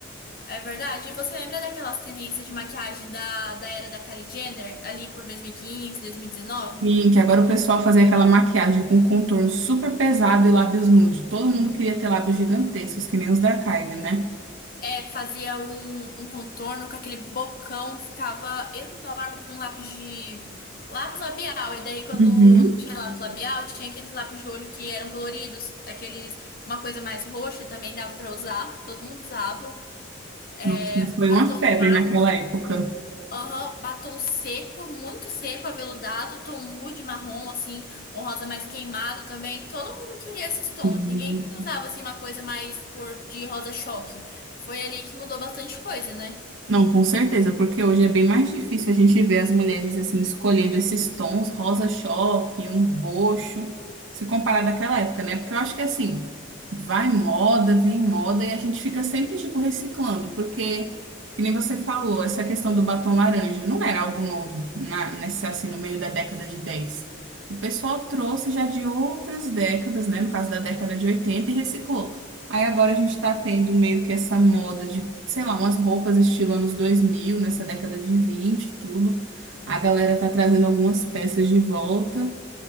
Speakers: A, on the left; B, on the right.
A: É verdade. E Você lembra daquelas tendências de maquiagem da, da era da Kylie Jenner, ali por 2015, 2019?
B: Sim, que agora o pessoal fazia aquela maquiagem com um contorno super pesado e lábios nude. Todo mundo queria ter lábios gigantescos, que nem os da Kylie, né?
A: É, fazia um, um contorno com aquele bocão, ficava enorme com lápis de. Lápis labial. E daí, quando
B: Uhum.
A: não tinha lápis labial, tinha aqueles lápis de olho que eram coloridos, aqueles. Uma coisa mais roxa também dava pra usar, todo mundo usava. É,
B: Nossa, foi
A: batom
B: uma febre
A: mate.
B: naquela época.
A: Aham, batom seco, muito seco, aveludado, tom nude, marrom, assim, um rosa mais queimado também. Todo mundo queria esses tons,
B: Sim.
A: ninguém usava, assim, uma coisa mais cor de rosa choque. Foi ali que mudou bastante coisa, né?
B: Não, com certeza, porque hoje é bem mais difícil a gente ver as mulheres assim escolhendo esses tons, rosa choque, um roxo, se comparar daquela época, né? Porque eu acho que assim, vai moda, vem moda e a gente fica sempre tipo reciclando, porque que nem você falou, essa questão do batom laranja não era algo novo na nessa assim no meio da década de 10. O pessoal trouxe já de outras décadas, né, no caso da década de 80 e reciclou. Aí agora a gente tá tendo meio que essa moda de, sei lá, umas roupas estilo anos 2000, nessa década de 20, e tudo. A galera tá trazendo algumas peças de volta.